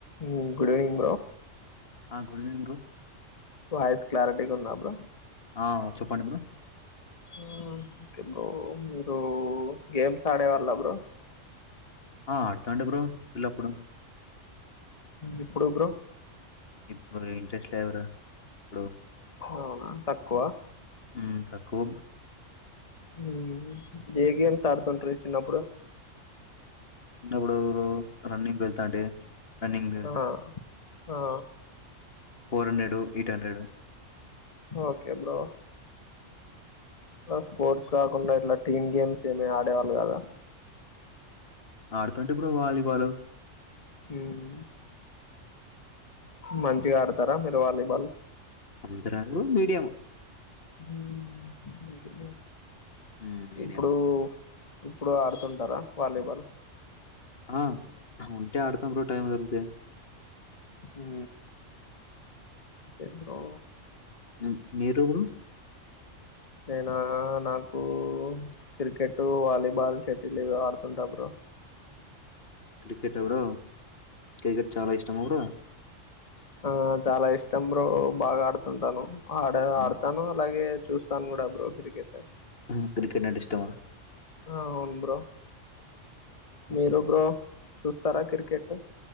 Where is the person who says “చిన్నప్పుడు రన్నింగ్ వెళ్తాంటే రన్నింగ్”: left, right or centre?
Left